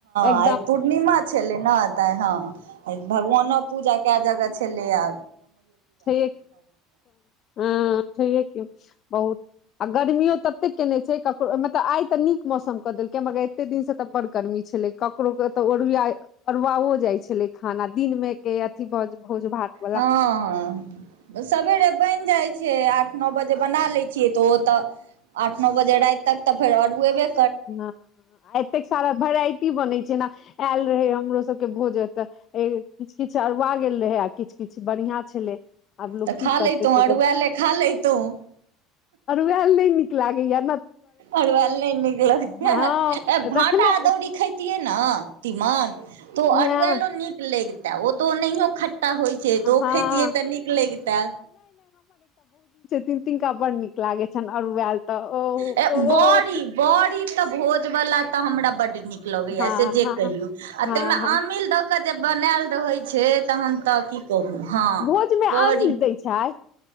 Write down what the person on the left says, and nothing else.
एक
छैये कि ह छैये कि बहुत आ गर्मीओ ततेक केने छै ककरो मतलब आइ तऽ नीक मौसम क देलकै मगर एते दिन से तऽ बड़ गर्मी छलै ककरो के त ओर ओरवाओ जाइ छलै खाना दिन मे के अथी भऽ भोज भात बला
ह एतेक सारा वेराइटी बनैत छै न आयल रहे हमरो सब के भोज ए तऽ किछु किछु अरुवा गेल रहै आ किछु किछु बढ़िया छलै आब लोक
की
करते
तैक
अरुवैल नहि नीक लागएयै
हँ
रखने
हँ
हँ
तीन दिनका बड नीक लागै छनि अरुआयल तऽ ओ
ओओत
हँ
हँ
हँ
हँ
भोजमे
आमिल दै छै